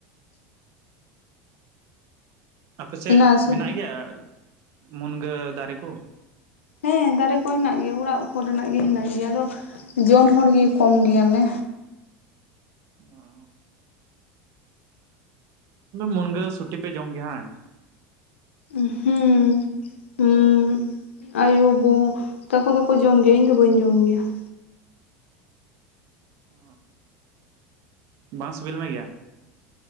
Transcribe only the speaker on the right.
ᱟᱯᱮᱥᱮᱫ
ᱢᱮᱱᱟᱜ ᱜᱮᱭᱟ ᱢᱩᱱᱜᱟᱹ ᱫᱟᱨᱮ ᱠᱚ?
ᱚᱸᱼᱼ ᱢᱩᱱᱜᱟᱹ ᱥᱩᱴᱤ ᱯᱮ ᱡᱚᱢ ᱜᱮᱭᱟ ᱦᱟᱝ?
ᱚᱻ, ᱵᱟᱝ ᱥᱤᱵᱤᱞ ᱢᱮ ᱜᱮᱭᱟ?